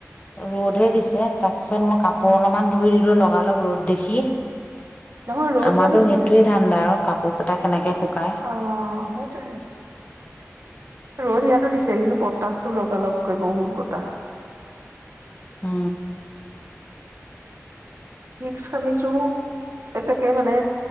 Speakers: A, on the left (about 30°); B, on the right (about 60°).
A: ৰ'দহে দিছে তাৰপিছত মই কাপ পোৰ অলপমান ধুই দিলো লগালগ ৰ'দ দেখি।
B: নহয় ৰ'দ
A: আমাৰো
B: ইয়াতো দিছে
A: সেইটোৱে ধান্দা আৰু কাপোৰ কেইটা কেনেকে শুকায়।
B: অ সেইটোয়ে ৰ'দ ইয়াতো দিছে। কিন্তু বতাহতো লগা লগকৈ বহুত বতাহ।
A: অ।
B: ভিক্স সানিছোঁ, এ তাকে মানে